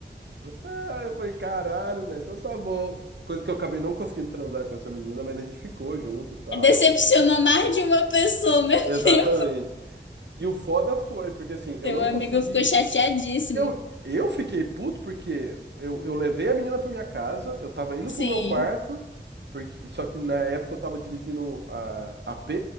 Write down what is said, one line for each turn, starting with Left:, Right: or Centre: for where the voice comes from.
Right: Ah, eu falei, caralho, velho, então tá bom. Coisa que eu acabei não conseguindo transar com essa menina, mas a gente ficou junto e tal.
Left: Decepcionou mais de uma pessoa, <laughs> meu
Right: Exatamente.
Left: Deus.
Right: E o foda foi, porque assim, eu
Left: Teu
Right: não
Left: amigo
Right: consegui.
Left: ficou chateadíssimo.
Right: Eu, eu fiquei puto porque eu, eu levei a menina pra minha casa, eu tava indo
Left: Sim.
Right: pro meu quarto, porque, só que na época eu tava dividindo a a AP